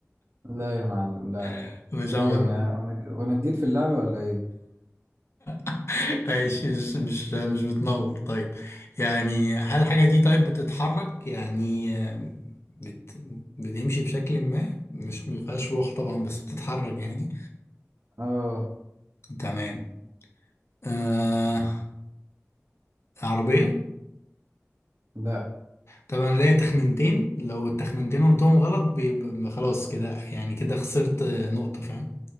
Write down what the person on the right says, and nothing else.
لا يا معلم لا لا
ليه
وانا
وانا ج- وانا جديد في اللعبة ولا ايه
اه
لا